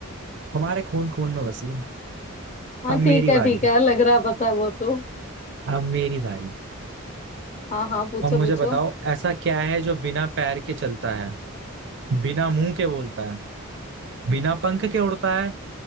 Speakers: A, on the right (about 55°); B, on the left (about 30°).
A: हमारे खून खून में बसी
B: हाँ
A: अब मेरी
B: ठीक है
A: बारी
B: ठीक है लग रहा है पता है वो तो
A: अब मेरी बारी
B: हाँ हाँ पूछो
A: अब मुझे
B: पूछो
A: बताओ ऐसा क्या है जो बिना पैर के चलता है बिना मुंह के बोलता है बिना पंख के उड़ता है